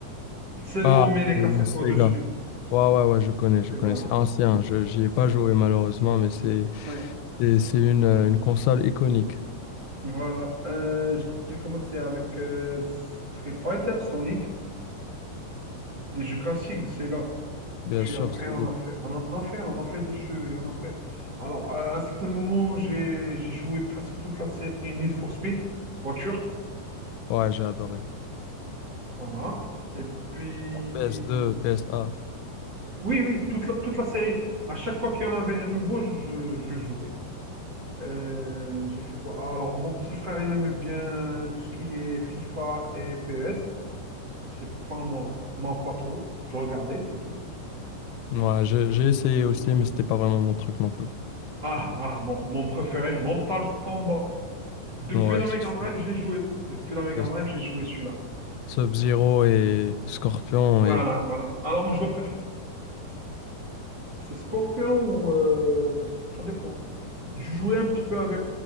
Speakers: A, on the right (about 30°); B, on the left (about 85°).
A: Celle
B: Ah,
A: où on met les
B: le,
A: cassettes
B: le Sega.
A: au-dessus.
B: Ouais, ouais, ouais, je connais, je
A: Sega.
B: connais. C'est ancien. Je, j'y ai pas joué malheureusement, mais c'est,
A: Ouais.
B: c'est
A: C'est-
B: c'est une, euh, une console iconique.
A: Voilà. Euh, j'ai commencé avec euh, Street Fighter, Sonic, les jeux classiques de Sega.
B: Bien
A: Puis
B: sûr,
A: après,
B: Solid.
A: on a fait, on en a fait, on en a fait des jeux, et on en fait. Alors, euh, à un certain moment, j'ai j'ai joué presque toute la série Need for Speed, voiture.
B: Ouais, j'ai adoré.
A: Voilà. Et puis.
B: En PS2, PS1.
A: Oui, oui, toute la, toute la série. À chaque fois qu'il y en avait un nouveau, je, je jouais. Euh, j'ai fait quoi? Ah, Alors, mon petit frère, il aime bien tout ce qui est FIFA et PES. C'est pas moi. Moi, pas trop. Je regardais, c'est tout.
B: Ouais, j'ai
A: Et
B: j'ai essayé
A: puis-
B: aussi, mais c'était pas vraiment mon truc non plus.
A: Ah, ah, mon, mon préféré, Mortal Kombat. Depuis
B: Ouais,
A: la Mega
B: c'est sûr.
A: Drive, je l'ai joué. Depuis la Mega
B: c'est sûr.
A: Drive, je l'ai joué celui-là.
B: Sub-Zero et Scorpion
A: Voilà,
B: et.
A: voilà. Alors, mon joueur préféré, c'est Scorpion ou... euh, d- Ça dépend. Je jouais un petit peu avec